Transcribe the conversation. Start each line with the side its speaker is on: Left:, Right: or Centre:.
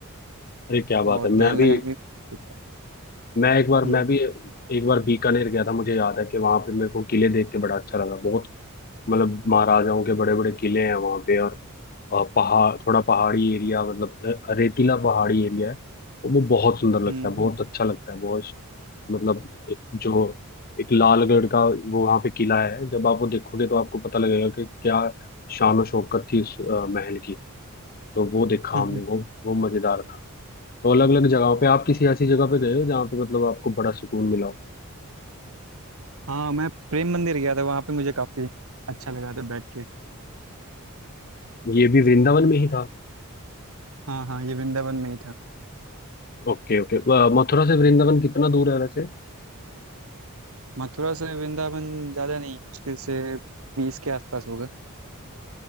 Left: अरे क्या बात
Right: और
Left: है
Right: ध्यान
Left: मैं भी
Right: लगाने में <laughs>
Left: मैं एक बार
Right: हम्म
Left: मैं भी एक बार बीकानेर गया था मुझे याद है कि वहां पे मेरे को किले देख के बड़ा अच्छा लगा बहुत मतलब महाराजाओं के बड़े बड़े किले हैं वहाँ पे और अ, पहाड़ थोड़ा पहाड़ी एरिया मतलब अ, रेतीला पहाड़ी एरिया है वो बहुत सुंदर लगता
Right: हम्म
Left: है बहुत
Right: हम्म,
Left: अच्छा लगता है बहुत मतलब एक जो एक लालगढ़ का वो वहाँ पे किला है जब आप वो देखोगे तो आपको पता लगेगा कि क्या शान और शौकत थी उस अ, महल की तो वो देखा
Right: हम्म।
Left: हमने
Right: हम्म।
Left: वो वो मजेदार था तो अलग अलग जगहों पे आप किसी ऐसी जगह पे गए हो जहाँ पे मतलब आपको बड़ा सुकून मिला हो
Right: हाँ मैं प्रेम मंदिर गया था वहाँ पे मुझे काफ़ी अच्छा लगा था बैठ के
Left: ये भी वृंदावन में ही था
Right: हाँ हाँ ये वृंदावन में ही था
Left: Okay okay मथुरा से वृंदावन कितना दूर है वैसे
Right: मथुरा से वृंदावन ज़्यादा नहीं मुश्किल से बीस के आसपास होगा